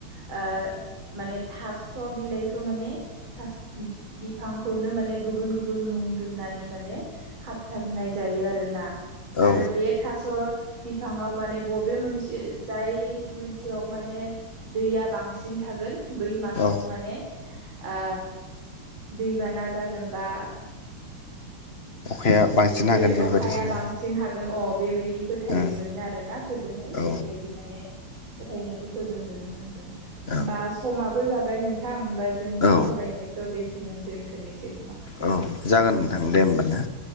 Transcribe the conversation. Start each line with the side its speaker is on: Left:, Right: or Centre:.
Right: आ माने फास' बिलाइखौ माने थास बिफांखौनो माने गोबुन गोबुन उन्दुनानै माने खाबथाबनाय जायो आरो ना
Left: औ
Right: आरो बे थास' बिफाङाव माने बबे मोनसे जाय मोनसेयाव माने दैया बांसिन थागोन बै मासाव
Left: औ
Right: माने आ दैबाना जागोन बा
Left: अखाया बांसिन
Right: बेबाय
Left: हागोन बेबायदिसोनो
Right: अखाया बांसिन हागोन अ बेबाय दि फोथायोमोन
Left: ओं
Right: आरो ना गोदोहाय
Left: औ
Right: बेबायदि माने फोथायनायफोरखौ जों नुनो मोनमोन।
Left: औ
Right: ओमबा समाबो जाबाय नोंथां दा जोंनि
Left: औ
Right: सावरायनायखो बेखिनियावनो दोनथ'नोसै खोमा
Left: औ जागोन नोंथां
Right: औ
Left: दे होमबा ना